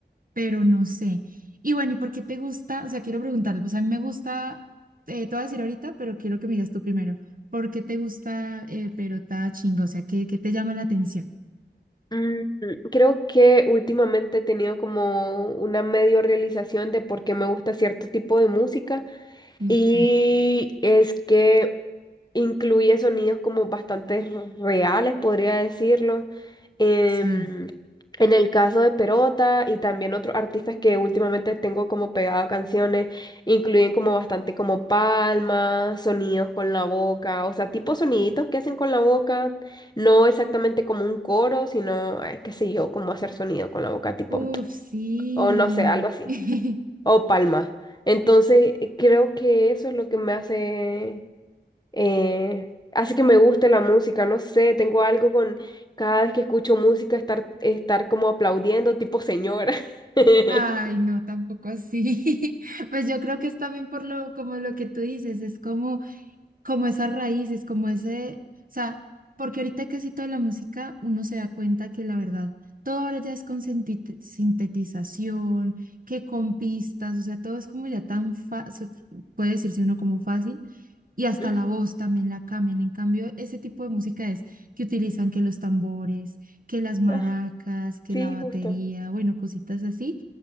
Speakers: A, on the right; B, on the left.
A: pero no sé. Y bueno, ¿y por qué te gusta? O sea, quiero preguntarte, pues a mí me gusta, eh, te voy a decir ahorita, pero quiero que me digas tú primero, ¿por qué te gusta eh, Perota Chingo? O sea, ¿qué, qué te llama la atención?
B: Mm, Creo que últimamente he tenido como una medio realización de por qué me gusta cierto tipo de música
A: Ok,
B: y es que incluye sonidos como bastante r- reales, podría decirlo. Em,
A: sí.
B: en el caso de Perota y también otros artistas que últimamente tengo como pegado canciones, incluyen como bastante como palmas, sonidos con la boca, o sea, tipo soniditos que hacen con la boca, no exactamente como un coro, sino, eh, qué sé yo, como hacer sonido con la boca, tipo,
A: Uf, sí.
B: <tsk> o no sé, algo así,
A: <laughs>
B: o palmas. Entonces, creo que eso es lo que me hace eh, hace que me guste la música, no sé, tengo algo con cada vez que escucho música estar, estar como aplaudiendo tipo señora. <laughs>
A: Ay, no, tampoco así. <laughs> Pues yo creo que es también por lo, como lo que tú dices, es como, como esas raíces, como ese, o sea, porque ahorita que sí toda la música, uno se da cuenta que la verdad, todo ahora ya es con sintite- sintetización, que con pistas, o sea, todo es como ya tan fácil, puede decirse uno como fácil. y hasta
B: Ujú.
A: la voz también la cambian. En cambio, ese tipo de música es que utilizan que los tambores, que las maracas,
B: Ah,
A: que
B: Sí,
A: la batería,
B: justo.
A: bueno, cositas así.